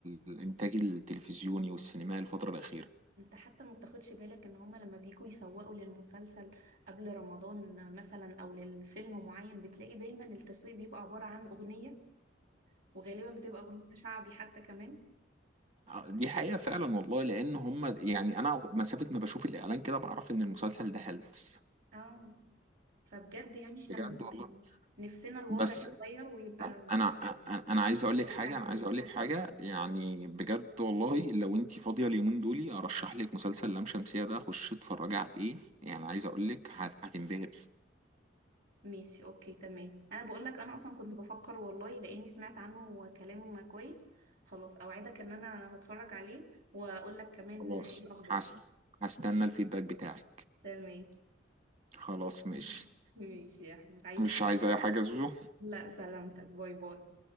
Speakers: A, on the right; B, on the right.
A: الانتاج التلفزيوني والسينمائي الفترة الأخيرة
B: انت حتى ما بتاخدش بالك ان هما لما بيجوا يسوقوا للمسلسل قبل رمضان مثلا او للفيلم معين بتلاقي دايما التسويق بيبقى عبارة عن اغنية وغالبا بتبقى اغنية شعبي حتى كمان
A: دي حقيقة فعلا والله لأن هم يعني أنا مسافة ما بشوف الإعلان كده بعرف إن المسلسل ده هلس
B: اه فبجد يعني احنا
A: بجد
B: من
A: والله
B: نفسنا الوضع
A: بس
B: يتغير ويبقى
A: انا
B: احسن
A: انا أنا عايز اقول لك
B: ترجع
A: حاجه
B: لزمان
A: انا عايز اقول لك حاجه يعني بجد والله لو انت فاضيه اليومين دول ارشح لك مسلسل لام شمسيه ده خش اتفرجي عليه يعني عايز اقول لك هت- هتنبهر
B: ماشي اوكي تمام انا بقول لك انا اصلا كنت بفكر والله لاني سمعت عنه كلام كويس خلاص اوعدك ان انا هتفرج عليه واقول لك كمان
A: خلاص
B: ايه الاخبار
A: هس هستنى الفيدباك بتاعي
B: تمام
A: خلاص ماشي
B: <laughs> ماشي يا أحمد عايز
A: مش
B: أي
A: عايز
B: حاجة؟
A: اي حاجه يا زوزو
B: لا سلامتك باي باي